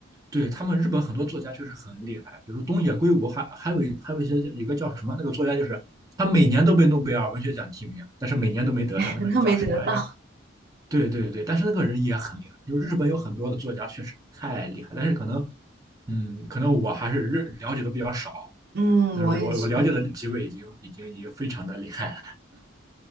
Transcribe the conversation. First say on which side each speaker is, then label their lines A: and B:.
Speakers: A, on the right; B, on the right.
A: 对他们日本很多作家确实很厉害，比如东野圭吾，还还有一还有一些一个叫什么那个作家，就是他每年都被诺贝尔文学奖提名，但是每年都没得上。
B: <laughs>
A: 那个人叫什么来着？
B: 那没得到。
A: 对对对，但是那个人也很厉害。就是日本有很多的作家确实太厉害，但是可能，嗯，可能我还是认了解的比较少。
B: 嗯，
A: 但是我我了解的几位已经已经已经非常的厉害了
B: 我也确实